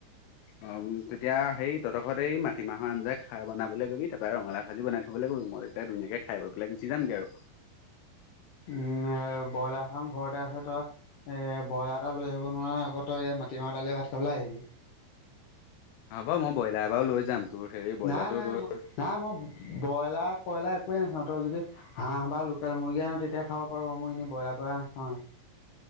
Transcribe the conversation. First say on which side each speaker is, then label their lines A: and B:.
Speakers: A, on the left; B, on the left.
A: অ তেতিয়া হেৰী তহতঘৰত এই মাটিমাহৰ আঞ্জ খাইনাবলৈ কবি তাপা ৰঙালাও ভাজি বনাই থবলৈ কবি মইতিয়া ধুনীয়াক খাই বৈ পেলাই গুছি যামগে আৰু।
B: উম ব্ৰইলাৰ ফাৰ্ম ঘৰতে আছে তই এ ব্ৰইলাৰ এটা লৈ আহিব নোৱাৰা আক তই ইয়াত মাটিমাহৰ দাইল লে ভাত খাবলৈাই আহিবি।
A: হ'ব মই ব্ৰইলাৰ বাৰু লৈ যাম। তোৰ হেৰি ব্ৰইলাৰটো
B: নাই-নাই-নাই
A: তোৰ
B: মই বইলাৰ কইলা একোৱে নাখাওঁ তই যদি হাঁহ বা লোকেল মুৰ্গী আন তেতিয়াাই খাব পাৰো আউ মই এনেই ব্ৰইলাৰ কৰা নাখাৱেই।